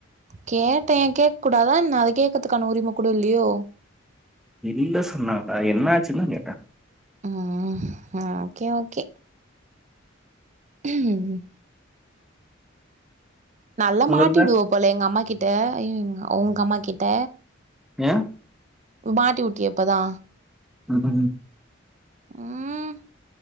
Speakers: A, on the right; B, in the centre.
A: கேட்டே கேக்க கூடாதா என்ன அத கேக்கத்துக்கான உரிம கூட இல்லியோ
B: இல்ல சொன்னாங்களா என்னாச்சுந்தா கேட்ட
A: ம் ம் ஓகே ஓகே ம் நல்லா
B: உங்கள்த
A: மாட்டி விடுவ போல எங்கம்மா கிட்ட ஐய்யோ உங்க அம்மா கிட்ட
B: ஏ
A: மாட்டி வுட்டியே இப்பதா
B: <unintelligible>
A: ம்